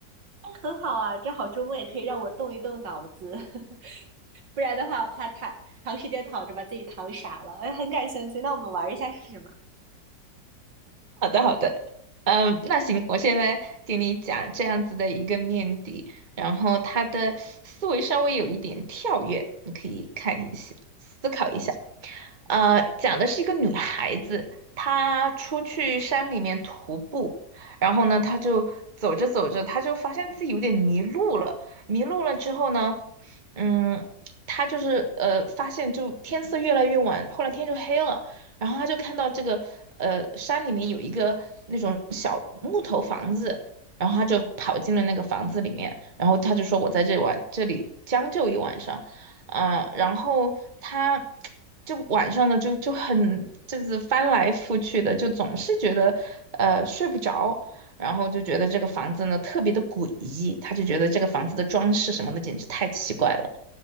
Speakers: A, on the right; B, on the right.
A: 很好啊，正好周末也可以让我动一动脑子，<laughs> 不然的话，我怕躺长时间躺着把自己躺傻了。哎，很感兴趣，那我们玩一下是什么？
B: 好的，嗯，那行，我现在给你讲这样子的一个面的，然后他的思维稍微有一点跳跃，你可以看一下，思考一下。呃，讲的是一个女孩子，她出去山里面徒步，然后呢，她就走着走着，她就发现自己有点迷路了。迷路了之后呢，嗯，他就是呃，发现就天色越来越晚，后来天就黑了，然后他就看到这个呃山里面有一个那种小木头房子，然后他就跑进了那个房子里面，然后他就说我在这晚这里将就一晚上，啊、然后他就晚上呢就就很就是翻来覆去的，就总是觉得呃睡不着，然后就觉得这个房子呢特别的诡异，他就觉得这个房子的装饰什么的简直太奇怪了。